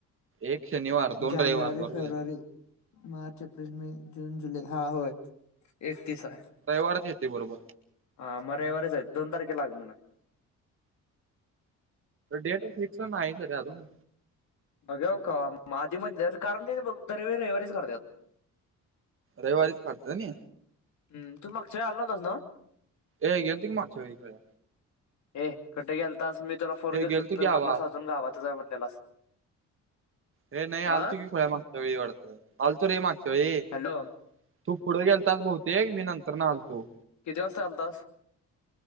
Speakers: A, on the right (about 45°); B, on the left (about 70°).
A: एक शनिवार, दोन
B: जानेवारी
A: रविवार बरोबर
B: फेब्रुवारी
A: आहे.
B: मार्च, एप्रिल, मे, जून, जुलै हा होय एकतीस आहे.
A: रविवारच येते बरोबर.
B: हा म रविवारीच आहेत दोन तारखेला आगमन आहे.
A: डेट
B: हम्म.
A: फिक्स नाही झाली अजून.
B: अगव क आधी मधी जायचं कारण काय दे रे बघु तरी रविवारीच करत्यात.
A: रविवारिच हाततनी
B: हम् तु मागच्या वेळी आला नवतास ना?
A: ए गेल तो की मागच्या वेळी पण.
B: ऐ कठं गेलतास मी तुला फोन
A: हे
B: केल
A: गेलतो
B: तू
A: की आवा
B: म्हटलास अजून गावातच आहे म्हटलेलास.
A: हे नाही आलतू
B: हा
A: की खुळ्या मागच्या वेळी वाटतय आलतो रे मागच्या वेळी.
B: हॅलो
A: तू पुढ गेलताच बहुतेक मी नंतर न आलतो.
B: किती वाजता आलतास?